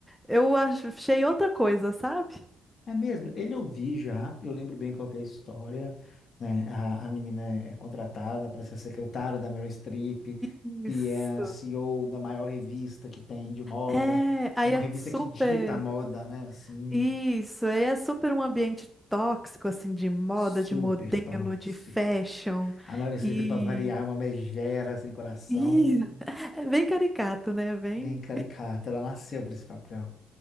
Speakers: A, in the centre; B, on the left.
A: eu ach- achei outra coisa, sabe?
B: É mesmo, ele eu vi já, eu lembro bem qual que é a história, né? A, a menina é é contratada para ser secretária da Meryl Streep,
A: Isso.
B: que é a CEO da maior revista que tem de moda.
A: É, aí
B: É uma
A: é
B: revista
A: super.
B: que dita a moda, né? Assim,
A: Isso, aí é super um ambiente tóxico, assim, de moda,
B: super
A: de modelo,
B: tóxico.
A: de fashion,
B: A Meryl Streep,
A: e.
B: para variar, é uma megera sem coração,
A: e- <laughs> É bem caricato, né? Bem.
B: bem caricata. Ela nasceu para esse papel.